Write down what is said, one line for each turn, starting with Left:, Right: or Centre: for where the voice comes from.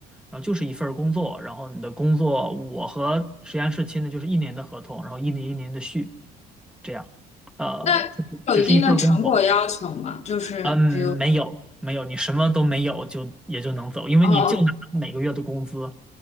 Centre: 然后就是一份儿工作，然后你的工作我和实验室签的就是一年的合同，然后一年一年的续，这样，呃，
Left: 那有一定的成果要求吗？
Centre: 它只是一份儿工作，
Left: 就是比如，
Centre: 嗯，没有没有，你什么都没有就也就能走，因为你就拿每个月的工资。
Left: 哦哦